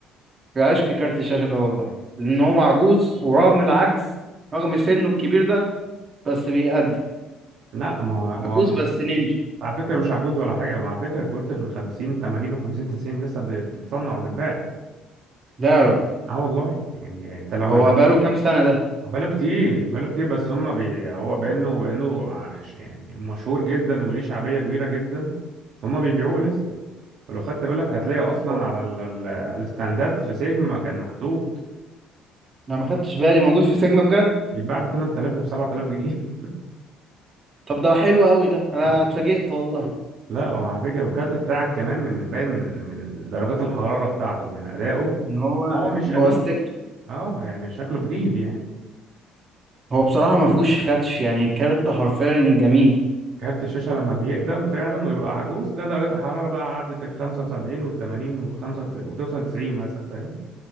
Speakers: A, on the right; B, on the right.
A: في عشق كارت الشاشة ده والله لأن هو عجوز ورغم العجز رغم سنه الكبير ده بس بيأدي
B: لا ما
A: عجوز
B: ما
A: بس نينجا
B: على فكره مش عجوز ولا حاجه ما على فكره كروت ال 50 80 و 50 90 لسه ب- بتتصنع وتتباع
A: ده يا راجل
B: اه والله يعني انت لو
A: هو
B: لو
A: بقاله كام سنة ده
B: آه. بقاله كتير بقاله كتير بس هم بي هو بانه بانه عش- يعني مشهور جدا وليه شعبيه كبيره جدا هم بيبيعوه لسه ولو خدت بالك هتلاقي اصلا
A: هو-
B: على ال... ال... الستاندات في سيجما كان محطوط
A: أنا ما خدتش بالي موجود في سيجما بجد
B: يتباع ب 8000 وب 7000 جنيه
A: طب ده حلو قوي ده أنا
B: آه.
A: اتفاجئت والله
B: <laughs> لا وعلى فكره الكارت بتاعك كمان من باين من من درجات الحراره بتاعته من ادائه
A: إن هو
B: هو مش
A: بوستكته
B: قديم اه يعني شكله جديد يعني
A: هو بصراحة ما فيهوش خدش يعني الكارت حرفيا جميل
B: كارت الشاشة لما بيقدم فعلا ويبقى عجوز لا درجات الحرارة بقى عدت ال 75 وال 80 وخمسة وتوصل 90 مثلا فاهم